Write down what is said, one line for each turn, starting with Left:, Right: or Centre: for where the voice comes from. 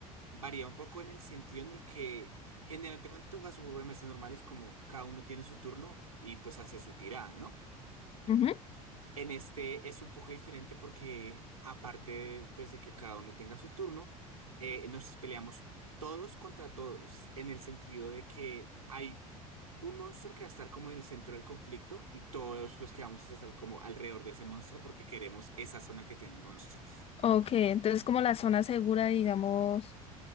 Right: varía un poco en el sentido en el que generalmente cuando tú juegas un juego de mesa normal es como cada uno tiene su turno y pues hace su tirada, ¿no?
Left: Ujú.
Right: En este es un poco diferente porque aparte pues de que cada uno tenga su turno, eh, nos peleamos todos contra todos en el sentido de que hay un monstruo que va a estar como en el centro del conflicto y todos los que vamos a estar como alrededor de ese monstruo porque queremos esa zona que tiene el monstruo.
Left: Ok, entonces como la zona segura, digamos,